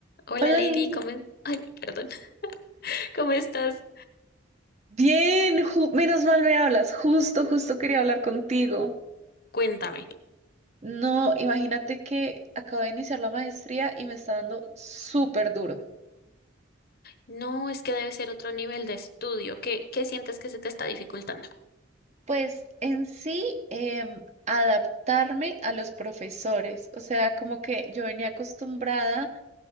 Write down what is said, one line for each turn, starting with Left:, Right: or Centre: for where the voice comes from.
Left: Hola
Right: Hola,
Left: Lady,
Right: Lin-
Left: ¿cómo es- Ay, perdón. <laughs> ¿Cómo estás?
Right: bien, ju- menos mal me hablas, justo, justo quería hablar contigo.
Left: Cuéntame.
Right: No, imagínate que acabo de iniciar la maestría y me está dando súper duro.
Left: No, es que debe ser otro nivel de estudio. ¿Qué, qué sientes que se te está dificultando?
Right: Pues en sí, em, adaptarme a los profesores, o sea, como que yo venía acostumbrada